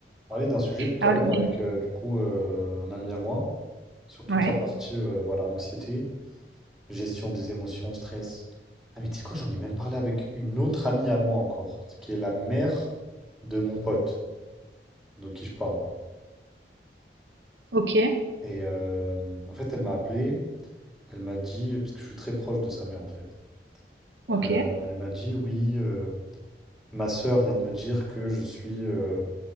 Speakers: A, in the centre; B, on the right (about 85°).
A: parlé d'un sujet tout
B: Ah
A: à l'heure
B: oui.
A: avec euh, du coup euh, un ami à moi sur toute
B: Ouais.
A: la partie euh, voilà anxiété, gestion des émotions, stress. Ah mais tu sais quoi, j'en ai même parlé avec une autre amie à moi encore, qui est la mère de mon pote de qui je parle.
B: OK,
A: Et euh, en fait, elle m'a appelé, elle m'a dit parce que je suis très proche de sa mère en fait.
B: OK.
A: Euh, elle m'a dit oui, euh, ma sœur vient de me dire que je suis euh,